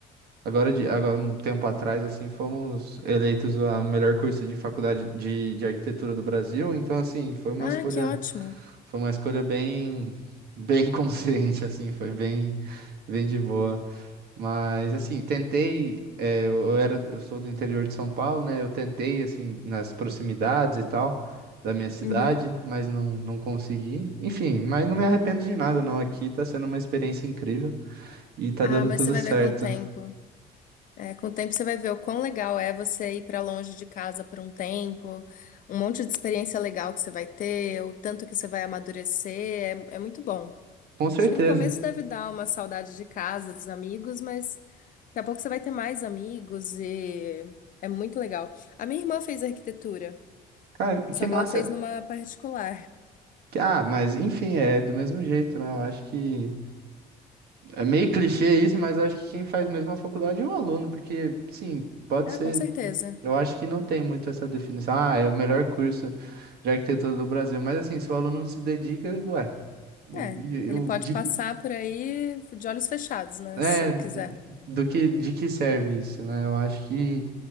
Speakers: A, on the right; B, on the left.
A: Agora, de, agora, um tempo atrás, assim, fomos eleitos o melhor curso de faculdade de, de arquitetura do Brasil. Então, assim, foi uma
B: Ah,
A: escolha,
B: que ótimo.
A: foi uma escolha bem, bem <laughs> consciente, assim, foi bem, bem de boa. Mas, assim, tentei, é, eu eu era, eu sou do interior de São Paulo, né? Eu tentei, assim, nas proximidades e tal da minha cidade,
B: Uhum.
A: mas não, não consegui. Enfim, mas não me arrependo de nada, não. Aqui tá sendo uma experiência incrível e tá
B: Ah,
A: dando
B: mas
A: tudo
B: você vai
A: certo.
B: ver com o tempo. É, com o tempo você vai ver o quão legal é você ir para longe de casa por um tempo, um monte de experiência legal que você vai ter, o tanto que você vai amadurecer, é, é muito bom.
A: Com certeza.
B: Acho que no começo deve dar uma saudade de casa, dos amigos, mas daqui a pouco você vai ter mais amigos e é muito legal. A minha irmã fez arquitetura,
A: Cara, que
B: só
A: massa.
B: que ela fez numa particular.
A: Ah, mas enfim, é do mesmo jeito, né? Eu acho que é meio clichê isso, mas eu acho que quem faz mesmo a faculdade é o aluno, porque, sim, pode
B: Ah,
A: ser.
B: com certeza.
A: Eu acho que não tem muito essa definição. Ah, é o melhor curso de arquitetura do Brasil. Mas assim, se o aluno não se dedica, ué, eu,
B: É,
A: eu, eu-
B: ele pode
A: de,
B: passar
A: que-
B: por aí de olhos fechados, né,
A: é,
B: se ele quiser.
A: do que, de que serve isso, né? Eu acho que